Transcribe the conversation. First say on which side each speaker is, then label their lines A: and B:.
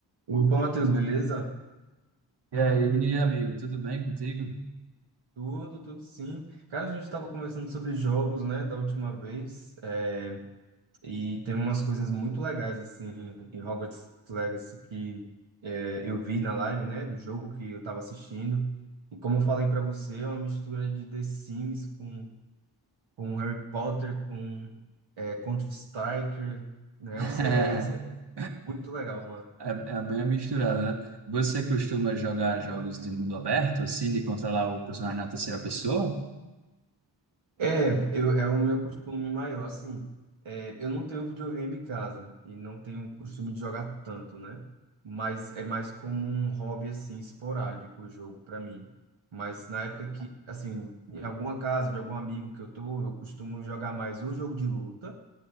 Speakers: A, on the right; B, on the right.
A: Opa, Matheus, beleza?
B: E aí, amigo, tudo bem contigo?
A: Tudo, tudo sim. Cara, a gente estava conversando sobre jogos, né, da última vez, é, e tem umas coisas muito legais, assim, em Hogwarts Legacy que é, eu vi na live, né, do jogo que eu estava assistindo. E como eu falei para você, é uma mistura de The Sims com, com Harry Potter, com é, Counter-Strike, né,
B: <laughs>
A: o CS. É muito legal,
B: É, é bem misturado, né? Você costuma jogar jogos de mundo aberto, assim, de controlar o personagem na terceira pessoa?
A: É, eu, é o meu costume maior, assim, é, eu não tenho videogame em casa e não tenho costume de jogar tanto, né? Mas é mais como um hobby, assim, esporádico o jogo pra mim. Mas na época que, assim, em alguma casa de algum amigo que eu tô, eu costumo jogar mais ou jogo de luta